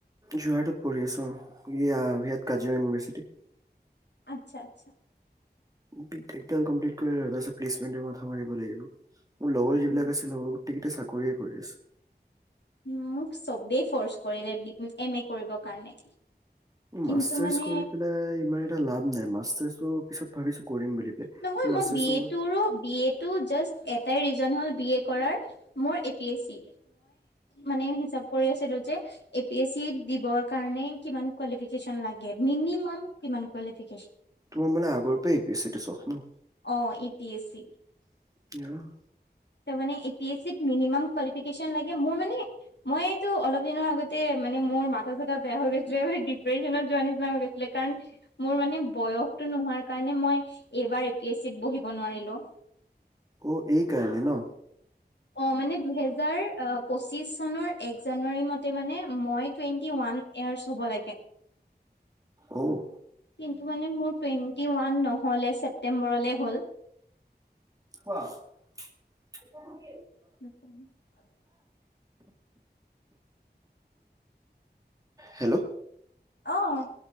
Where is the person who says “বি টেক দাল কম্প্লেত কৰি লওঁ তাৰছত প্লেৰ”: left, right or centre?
Right